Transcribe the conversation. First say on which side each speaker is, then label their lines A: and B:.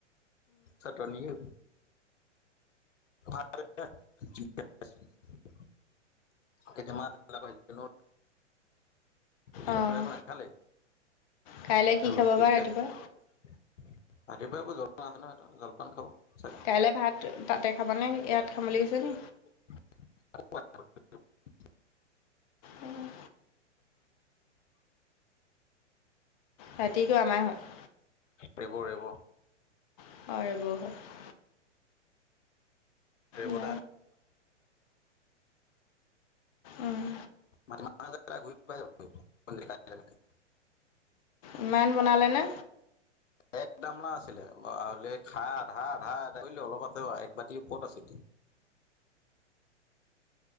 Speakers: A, on the left; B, on the left.
A: চাতনিও। <unintelligible> কেতিয়া মাছা ন। দিনত
B: অঁ
A: একো নাখালে
B: কাইলৈ কি
A: অ ৰোটি।
B: খাব বা
A: ৰাতিপুৱাই
B: ৰাতিপুৱা
A: একো জলপান আছে ন সিহতৰ জলপান খাব চাগে।
B: কাইলৈ ভাত খাব তাতে খাবা নে ইয়াত খাম বুলি কৈছে নি।
A: <unintelligible>
B: উম। ৰাতিক আমাৰে হয়।
A: দিব দিব।
B: <unintelligible>
A: ৰেব
B: ন
A: দা
B: উম।
A: মাজে ম ঘূৰি পাই যাব।
B: ইমান বনালে নে?
A: এক গামলা আছিলে। খাত- আধা আধা আধা ব অলপ আছে একবতি ওপৰত আছে।